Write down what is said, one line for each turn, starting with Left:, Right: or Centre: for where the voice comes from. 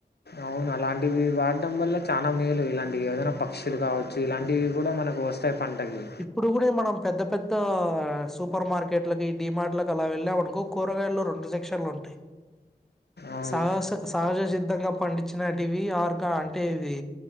Left: అవును అలాంటివి వాడ్డం వల్ల చాలా మేలు ఇలాంటివి ఏదైనా పక్షులు కావచ్చు ఇలాంటివి కూడా మనకు వస్తాయి ఇస్తయి పండగ్లు
Centre: ఇప్పుడు కూడా మనం పెద్ద పెద్ద సూపర్ మార్కెట్లకి డిమార్ట్లకి అలా వెళ్ళామనుకో కూరగాయలో రెండు సెక్షన్లు ఉంటాయి
Left: అవు
Centre: సహస సహజసిద్ధంగా పండించిన టివి ఆర్గా అంటే ఇవి